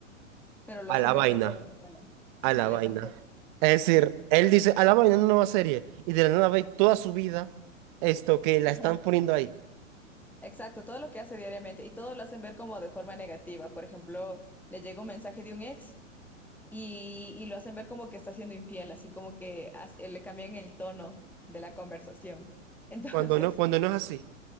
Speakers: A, in the centre; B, on the right.
A: pero lo
B: A
A: hacen
B: la
A: ver
B: vaina,
A: de forma mala. Ajá,
B: a la
A: le
B: vaina.
A: hacen forma.
B: Es decir, él dice, a la vaina, una nueva serie, y de la nada ve toda su vida esto que la
A: Ajá.
B: están poniendo ahí,
A: Exacto, todo lo que hace diariamente y todo lo hacen ver como de forma negativa. Por ejemplo, le llega un mensaje de un ex y, y lo hacen ver como que está siendo infiel, así como que hace- le cambian el tono de la conversación. Entonces,
B: cuando no, cuando
A: <laughs>
B: no es así.